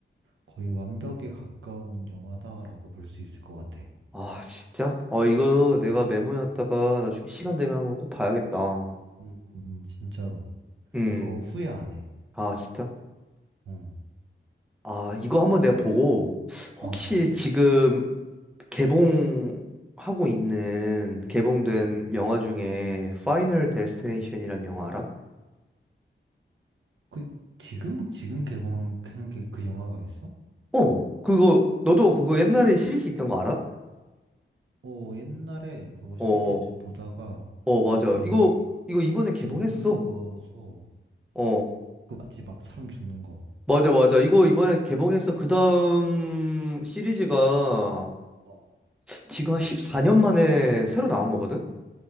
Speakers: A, on the right; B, in the centre.
A: 거의 완벽에 가까운 영화다라고 볼 수 있을 것 같아.
B: 아 진짜? 어 이거
A: 어.
B: 내가 메모해놨다가 나중에 시간 되면 한번 꼭 봐야겠다.
A: 음, 음, 진짜로.
B: 음.
A: 이거 후회 안 해.
B: 아 진짜?
A: 응.
B: 아 이거 한번 내가 보고 혹시
A: 어,
B: 지금 개봉하고 있는 개봉된
A: 어, 어.
B: 영화 중에 파이널 데스티네이션이란 영화 알아?
A: 그, 지금, 지금 개봉한 게 그 영화가 있어?
B: 어, 그거, 너도 그거 옛날에 시리즈 있던 거 알아?
A: 어, 옛날에 그거
B: 어,
A: 시리즈
B: 어,
A: 보다가
B: 어, 맞아.
A: 너무
B: 이거, 이거 이번에 개봉했어.
A: 징그러워서,
B: 어,
A: 그 맞지? 막 사람 죽는 거.
B: 맞아, 맞아. 이거 이번에 개봉해서 그 다음 시리즈가
A: 어.
B: 지금 한 14년 만에 새로 나온 거거든?